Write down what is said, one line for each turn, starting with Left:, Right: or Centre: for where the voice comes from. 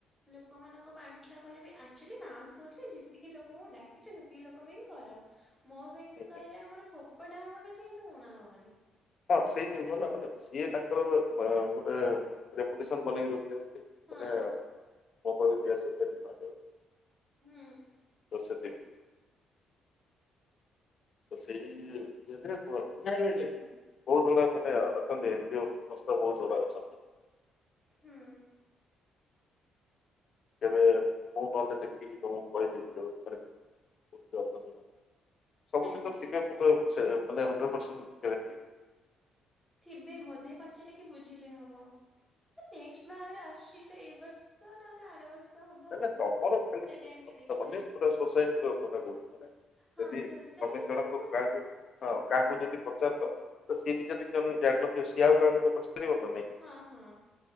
Centre: ଲୋକମାନଙ୍କ ବାନ୍ ଆସିଲା ପରେ ବି ଆକଚୋଲି ମାଉସୀ କୋହୁଥିଲେ ଯେତିକି ଲୋକଙ୍କୁ ଡାକିଚ ସେତିକି ଲୋକଙ୍କ ପାଇଁ କର। ମଉସା କିନ୍ତୁ କହିଲେ
Left: ତ
Centre: ଆମର ଫୋପଡା ହବ ପଛେ କିନ୍ତୁ ଊଣା ହବନି।
Left: ହଁ ସେଇ ଜିନଷ ନା ମାନେ ସିଏ ତାଙ୍କର ଗୋଟେ ରେପୁଟେସନ୍ ବନେଇକି ରଖୁଚନ୍ତି। ସେ
Centre: ହଁ
Left: ମାନେ ମୋ ପୁଅ <unintelligible>
Centre: ହୁଁ।
Left: ସେତିକି। ତ ସେଇ ଦିଅନ୍ତି
Centre: ସେଥିପାଇଁ
Left: ନା ପୁଅ ନାଇଜେରିଆରେ ଥିଲେ ବହୁତ ଗୁଡା ମାନେ ଅଛନ୍ତି ଏନ୍ ଜି ଓ ସଂସ୍ଥା ବହୁତ ଗୁଡା ଅଛନ୍ତି।
Centre: ହୁଁ।
Left: ତେବେ ମୁଁ ନହେଲେ ଦେଖିକି ତମକୁ କହିଦେବି ଯୋଉ <inaudible> ଥରେ କରିଦେବି। ସବୁଠି
Centre: ଆଜ୍ଞା
Left: ତ ଥିବେ
Centre: ଆଜ୍ଞା।
Left: ମୁଁ ତ ସେ ମାନେ ହଣ୍ଡ୍ରେଟ ପରସେଣ୍ଟ ଗେରେଣ୍ଟି।
Centre: ଥିବେ ମଧେ ପାଞ୍ଚେ ଟିକେ ବୁଝିଲେ ହବ ନେଷ୍ଟ ବାହାଘରେ ଆସଚି ତ ଏଇ ବର୍ଷ ନହଲେ ଆର ବର୍ଷ ହବ
Left: ନା-ନା
Centre: ଆଉ।
Left: ତମର ଖାଲି
Centre: ସେ
Left: <inaudible>
Centre: ଟାଇମ
Left: ପୁରା
Centre: କି ଦେଖିବା
Left: ଅନ୍ୟ ସୋସାଇଟିର କଥାକୁ ନାହିଁ
Centre: ହଁ
Left: ଯଦି
Centre: ସୋସାଇଟି
Left: ତମେ
Centre: ଲୋକ
Left: ଜଣକୁ ଗାଁ କୁ ହଁ କାହାକୁ ଯଦି ପଚାରିବ ତ ସିଏ ବି କାଲି କାଲ୍ ଜାଣିନଥିବ ସିଏ ଆଉ କାହାକୁ ପଚାରିବ ନା ନାଇଁ?
Centre: ହଁ ହଁ।